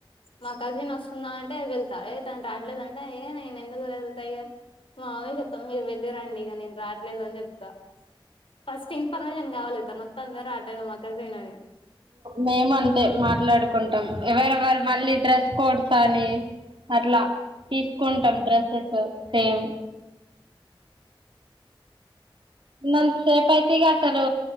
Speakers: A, on the left; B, on the right.
A: మా కజిన్ వస్త స్తుందా అంటే వెళ్తా ఏ తను రాట్లేదంటే నేను ఎందుకు వెళ్తా ఇగా మామమ్మికి చెప్తాం మీరు వెళ్ళి రండి ఇగ నేను రాట్లేదు అని జెప్తా ఫస్ట్ ఇన్ఫర్మేషన్ గావాలి తను వస్తుందో రాట్లేదో మా కజిన్ అని
B: మేము అంతే మాట్లాడుకుంటాం ఎవరెవరు మళ్ళీ డ్రెస్ కోడ్స్ అని అట్లా తీసుకుంటాం డ్రెస్సెస్ సేమ్ ఉన్నంత సేపు అయితే ఇగ అసలు